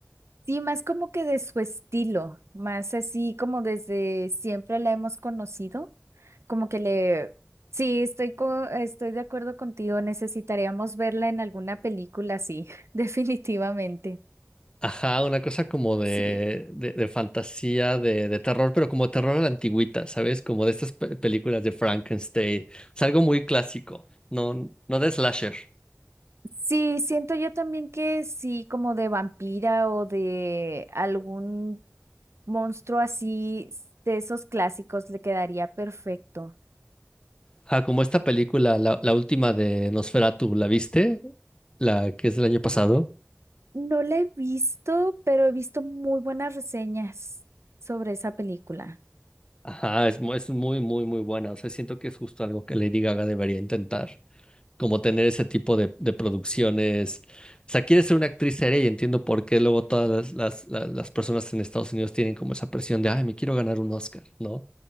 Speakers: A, on the right; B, on the left.
A: Sí, más como que de su estilo, más así como desde siempre la hemos conocido, como que le, sí, estoy co- estoy de acuerdo contigo, necesitaríamos verla en alguna película, sí, <laughs> definitivamente.
B: Ajá, una cosa como de,
A: Sí.
B: de, de fantasía, de, de terror, pero como terror a la antigüita, ¿sabes? Como de estas pe- películas de Frankenstein. es algo muy clásico, no, no de slasher.
A: Sí, siento yo también que sí, como de vampira o de algún monstruo así, de esos clásicos, le quedaría perfecto.
B: Ajá, como esta película, la, la última de Nosferatu, ¿la viste? La que es del año pasado.
A: No la he visto, pero he visto muy buenas reseñas sobre esa película.
B: Ajá, es, mu- es muy, muy, muy buena. O sea, siento que es justo algo que Lady Gaga debería intentar. como tener ese tipo de, de producciones. O sea, quieres ser una actriz seria y entiendo por qué luego todas las, las, la- las personas en Estados Unidos tienen como esa presión de, ay, me quiero ganar un Oscar, ¿no?